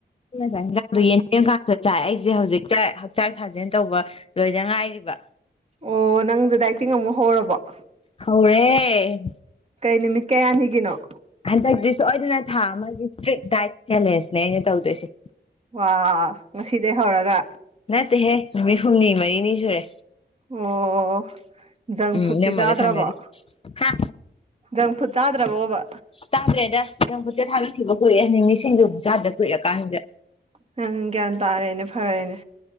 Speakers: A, on the left (about 30°); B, on the right (about 35°).
A: ꯑꯩ ꯉꯁꯥꯛ ꯌꯦꯟꯖꯥꯡꯗꯣ ꯌꯦꯟ ꯌꯦꯦꯝꯀꯥꯡꯁꯨ ꯆꯥꯏ ꯑꯩꯁꯦ ꯍꯧꯖꯤꯛꯇ ꯍꯛꯆꯥꯡ ꯁꯥꯖꯦꯜ ꯇꯧꯕ ꯂꯣꯏꯗ ꯉꯥꯏꯔꯤꯕ
B: ꯑꯣ ꯅꯪꯁꯦ ꯗꯥꯏꯇꯤꯡ ꯑꯃꯨꯛ ꯍꯧꯔꯕꫭ
A: ꯍꯧꯔꯦ
B: ꯅꯨꯃꯤꯠ ꯀꯌꯥꯅꯤꯒꯤꯅꯣ
A: ꯍꯟꯗꯛꯇꯤ ꯁꯣꯏꯗꯅ ꯊꯥ ꯑꯃꯒꯤ ꯏꯁꯇ꯭ꯔꯤꯛ ꯗꯥꯏꯠ ꯆꯦꯂꯦꯟꯁꯅꯦ ꯑꯩꯅ ꯇꯧꯗꯣꯏꯁꯦ
B: ꯋꯥ ꯉꯁꯤꯗꯒꯤꯩ ꯍꯧꯔꯒ
A: ꯅꯠꯇꯦꯍꯦ ꯅꯨꯃꯤꯠ ꯍꯨꯝꯅꯤ ꯃꯔꯤꯅꯤ ꯁꯨꯔꯦ
B: ꯑꯣ ꯖꯪ
A: ꯎꯝ
B: ꯐꯨꯗꯇꯤ
A: ꯅꯃꯒ
B: ꯆꯥꯗ꯭ꯔꯕꯣ
A: ꯁꯅꯔꯤ ꯍꯥ
B: ꯖꯪ ꯐꯨꯗ ꯆꯥꯗ꯭ꯔꯕꯣꯕ
A: ꯆꯥꯗ꯭ꯔꯦꯗ ꯍꯪ ꯈꯨꯨꯠꯇ ꯊꯥꯗꯣꯛꯈꯤꯕ ꯀꯨꯏꯑꯦ ꯅꯃꯤꯁꯤꯡꯗꯨ ꯆꯥꯗ ꯀꯨꯏꯔꯑꯀꯥꯟꯁꯤꯗ
B: ꯅꯪ ꯒ꯭ꯌꯥꯟ ꯇꯥꯔꯦꯅꯦ ꯐꯔꯦꯅꯦ